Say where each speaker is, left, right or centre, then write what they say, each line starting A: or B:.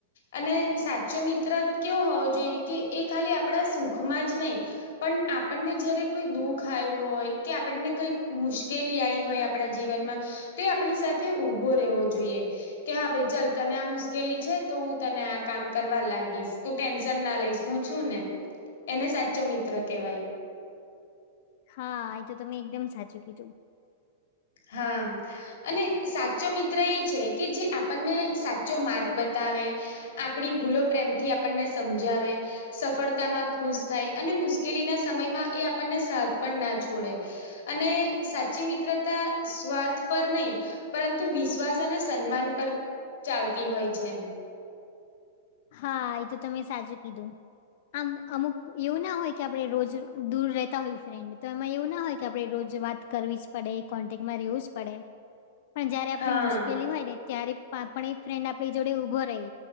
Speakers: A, on the left; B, on the left.
A: અને સાચો મિત્ર કેવો હોવો જોઈએ કે એ ખાલી આપડા સુખમાં જ નહી પણ આપણને જયારે કોઈ દુઃખ આયું હોય કે આપણને કઈક મુશ્કેલી આવી હોય આપડા જીવનમાં તે આપણી સાથે ઉભો રહેવો જોઈએ કે હા ભાઈ ચાલ તને આ મુસ કેલી છે તો હું તને આ કામ કરવા લાગીશ તું ટેન્શન ના લઈશ હું છું ને. એને સાચો મિત્ર કહેવાય.
B: હ, એ તો તમે એકદમ સાચું કીધું.
A: હા. અને સાચો મિત્ર એ છે કે જે આપણને સાચો માર્ગ બતાવે આપણી ભૂલો પ્રેમથી આપણને સમજાવે સફળતામાં ખુશ થાય અને મુશ્કેલીના સમયમાં એ આપણને સાહથ પણ ના છોડે. અને સાચી મિત્ર તા સ્વાર્થ પર નહી પરંતુ વિશ્વાસ અને સન્માન પર ચાલતી હોય છે એમ.
B: હા, એ તો તમે સાચું કીધું. આમ અમુક એવું ના હોય કે આપડે રોજ દૂર રહેતા હોય ફ્રેન્ડ તો એમાં એવું ના હોય કે આપડે રોજ વાત કરવી જ પડે, કોન્ટેકમાં રહેેવું જ પડે. પણ જયારે આપણે
A: હા
B: મુશ્કેલી હોય ને ત્યારે પણ એ ફ્રેન્ડ આપણી જોડે ઊભો રહી.